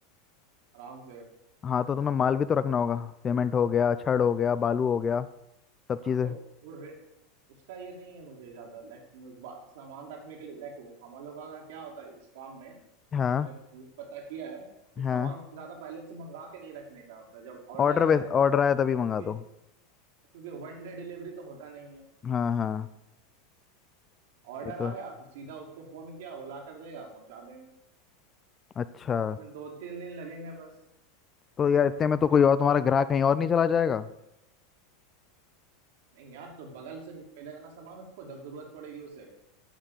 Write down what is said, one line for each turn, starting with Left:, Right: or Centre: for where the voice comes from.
Right: आराम से
Left: हाँ तो तुम्हें माल भी तो रखना होगा सीमेंट हो गया छड़ हो गया बालू हो गया सब चीज़ें
Right: हाँ तो वो रे- उसका ये नहीं है मुझे ज्यादा लाइक सामान रखने के लिए लाइक हम लोगों का क्या होता है इस काम में
Left: हाँ
Right: मैंने पू- पता किया है कि सामान
Left: हाँ
Right: ज्यादा पहले से मंगा के नहीं रखने का होता है जब ऑर्डर
Left: ऑर्डर
Right: आए
Left: बेस ऑर्डर आया तभी
Right: क्योंकि
Left: मंगा दो
Right: क्योंकि वन डे डिलीवरी तो होता नहीं है
Left: हाँ हाँ
Right: ऑर्डर
Left: ये तो
Right: आया
Left: है।
Right: फिर सीधा उसको फोन किया वो ला कर देगा पहुंचा देंगे
Left: अच्छा
Right: इसमें दो तीन दिन लगेंगे बस
Left: तो यार इतने में तो कोई और तुम्हारा ग्राहक कहीं और नहीं चला जाएगा
Right: नहीं यार तो बगल से मिलेगा ना सामान उसको जब जरूरत पड़ेगी उसे